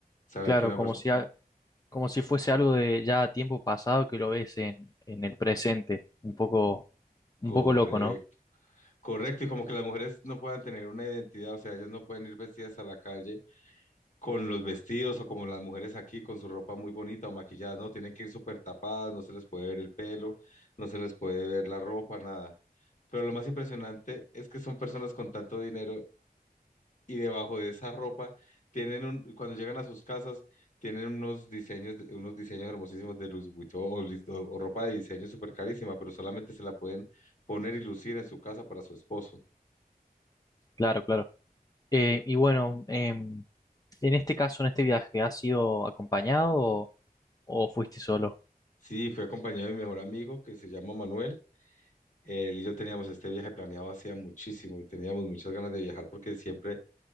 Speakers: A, on the left; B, on the left.
A: Saber
B: Claro,
A: que una
B: como
A: persona...
B: si, como si fuese algo de ya tiempo pasado que lo ves en, en el presente. Un poco, un
A: Correcto,
B: poco loco, ¿no?
A: correcto. Y como que las mujeres no puedan tener una identidad, o sea, ellas no pueden ir vestidas a la calle con los vestidos o como las mujeres aquí con su ropa muy bonita o maquillada, no, tienen que ir súper tapadas, no se les puede ver el pelo, no se les puede ver la ropa, nada. Pero lo más impresionante es que son personas con tanto dinero y debajo de esa ropa tienen un, cuando llegan a sus casas, tienen unos diseños, de- unos diseños hermosísimos de Louis Vuitton o, lis- o- o ropa de diseño súper carísima, pero solamente se la pueden poner y lucir en su casa para su esposo.
B: Claro, claro. Eh, y bueno, em, en este caso, en este viaje, ¿has sido acompañado o, o fuiste solo?
A: Sí, fui acompañado de mi mejor amigo que se llama Manuel. Él y yo teníamos este viaje planeado hacía muchísimo, teníamos muchas ganas de viajar porque siempre